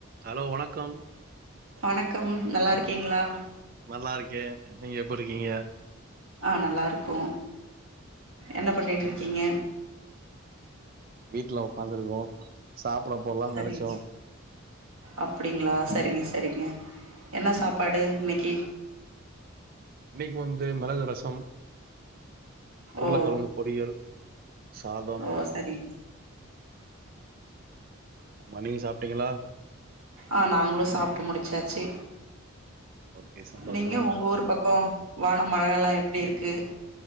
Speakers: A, on the right (about 45°); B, on the right (about 80°).
A: Hello வணக்கம்
B: வணக்கம் நல்லா இருக்கீங்களா
A: நல்லா இருக்கே நீங்க எப்டி இருக்கீங்க
B: ஆ நல்லாயிருக்கோ என்ன பண்ணிட்டுருக்கீங்க
A: வீட்டுல உ்காந்துருக்கோ சாப்பிட போடலானு
B: சரிங்க
A: நினைச்சோ
B: அப்டிங்களா செரிங்க செரிங்க என்ன சாப்பாடு இன்னைக்கு
A: இன்னைக்கு வந்து மிளகு ரசம் உருளைக்கிழங்கு
B: ஓ
A: பொறியல் சாதம்
B: ஓ சரிங்க
A: மணி சாப்பிட்டீங்களா
B: ஆ நாங்களு சாப்பிட்டு முடிச்சாச்சு
A: ஓகே சந்தோஷம்.
B: நீங்க உங்க ஊர் பக்கோ வான மழ எல்லா எப்டி இருக்கு